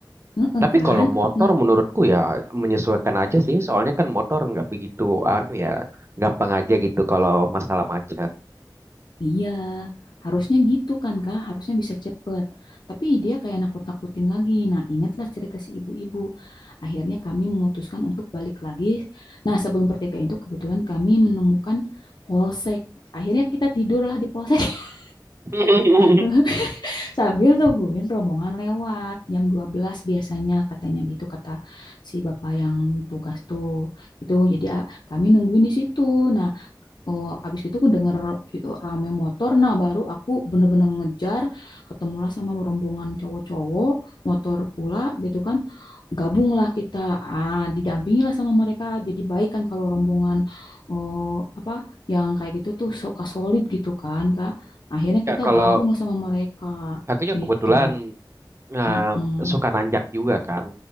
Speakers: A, on the left (about 65°); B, on the right (about 35°).
A: mm
B: Tapi
A: kan
B: kalau motor
A: Hmm.
B: menurutku ya menyesuaikan aja sih. Soalnya kan motor nggak begitu anu ya gampang aja gitu kalau masalah macet.
A: Iya, harusnya gitu kan Kak, harusnya bisa cepet. Tapi dia kayak nakut-nakutin lagi. Nah, ingatlah cerita si ibu-ibu. Akhirnya kami memutuskan untuk balik lagi. Nah, sebelum pertigaan itu kebetulan kami menemukan polsek. Akhirnya kita tidurlah di polsek <laughs>
B: <laughs>
A: eh, sambil nungguin rombongan lewat jam 12 biasanya katanya gitu kata si bapak yang tugas tuh. Itu jadi ah, kami nungguin di situ. Nah, Oh, abis itu aku denger i- rame motor, nah baru aku bener-bener ngejar, ketemulah sama rombongan cowok-cowok, motor pula gitu kan, gabunglah kita, ah, didampingilah sama mereka, jadi baik kan kalau rombongan oh, apa yang kayak gitu tuh suka solid gitu kan Kak, akhirnya kita
B: Ya kalau
A: gabung lah sama mereka
B: akunya
A: gitu,
B: kebetulan nah,
A: mm-mm,
B: suka nanjak juga kan.